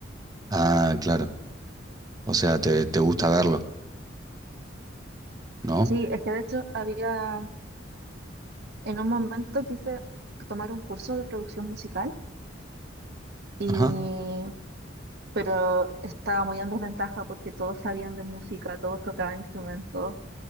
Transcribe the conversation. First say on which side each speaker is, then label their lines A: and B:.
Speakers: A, on the right; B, on the right.
A: Ah, claro. O sea, te, te gusta verlo, ¿no?
B: Sí, es que de hecho había, en un momento quise tomar un curso de producción musical, y,
A: Ajá,
B: pero estaba muy en desventaja porque todos sabían de música, todos tocaban instrumentos